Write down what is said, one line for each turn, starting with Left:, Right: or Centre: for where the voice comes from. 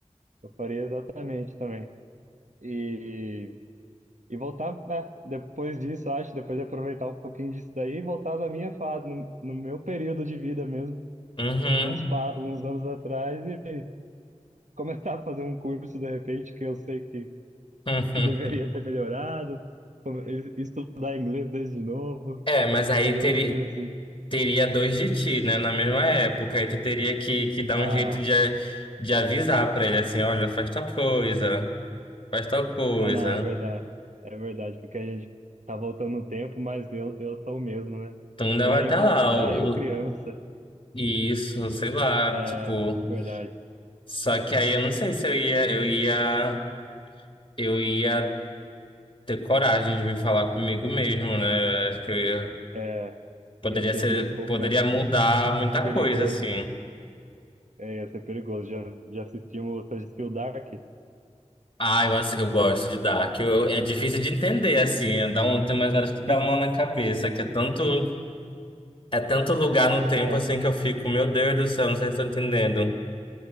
Right: Eu faria exatamente também. E, e voltar, é, depois disso, acho, depois de aproveitar um pouquinho disso daí, e voltar na minha fase, no, no meu período de vida mesmo,
Left: Uhum, uhum.
Right: uns, pa- uns anos atrás e começar a fazer um curso de repente que eu sei que,
Left: <laughs>
Right: que deveria ter melhorado, come- es- estudar inglês desde novo,
Left: É, mas aí
Right: fazer
Left: teria,
Right: algumas coisas assim.
Left: teria dois de ti, né? Na mesma época. Aí tu teria que, que dar
Right: Ah,
Left: um jeito de, a- de avisar pra ele assim, olha, faz tal coisa, faz tal coisa.
Right: ah não, é, ver- é, é verdade, porque a gente tá voltando no tempo, mas eu, eu sou o mesmo, né?
Left: Tu
Right: Eu
Left: vai
Right: ia
Left: estar
Right: encontrar
Left: lá, o,
Right: eu criança,
Left: o- isso, sei lá,
Right: é
Left: tipo.
Right: verdade,
Left: Só que aí eu não sei se eu ia, eu ia, eu ia ter coragem de vir falar comigo mesmo, né? Eu Acho que eu ia,
Right: é,
Left: poderia
Right: ia ser
Left: ser,
Right: meio co-
Left: poderia
Right: é,
Left: mudar muita
Right: perigoso,
Left: coisa, assim.
Right: é, ia ser perigoso. Já, já assistimos, você assistiu Dark?
Left: Ah, eu, acho- eu gosto de Dark. Eu, eu- é difícil de entender, assim. É, dá um, tem umas horas que dá
Right: <laughs>
Left: uma na cabeça, que é tanto, é tanto lugar no tempo,
Right: É,
Left: assim, que eu fico, meu Deus do céu, não sei se eu tô entendendo.